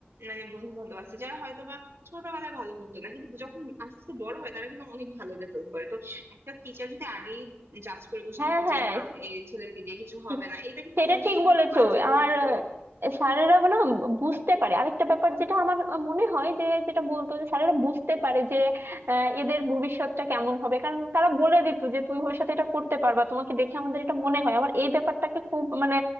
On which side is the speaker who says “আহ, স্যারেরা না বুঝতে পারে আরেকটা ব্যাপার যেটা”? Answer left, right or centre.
Right